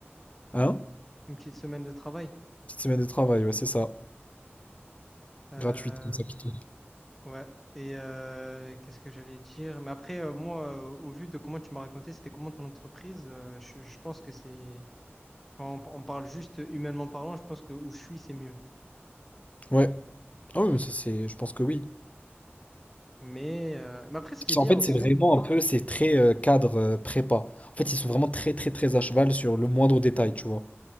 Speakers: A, on the left; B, in the centre.
A: Hein?
B: Une petite semaine de travail.
A: Petite semaine de travail, ouais, c'est ça.
B: Euh,
A: Gratuite, comme ça, qui tombe.
B: ouais. Et euh, qu'est-ce que j'allais dire? Mais après, euh, moi, euh, au vu de comment tu m'as raconté, c'était comment ton entreprise, euh, je, je pense que c'est... Quand on on parle juste humainement parlant, je pense que où je suis, c'est mieux.
A: Ouais. Ah oui, mais ça, c'est... Je pense que oui.
B: Mais, euh, mais après, ce qui
A: Parce
B: est
A: qu'en
B: bien
A: fait,
B: aussi,
A: c'est vraiment un peu, c'est très euh, cadre euh, prépa. En fait, ils sont vraiment très, très, très à cheval sur le moindre détail, tu vois.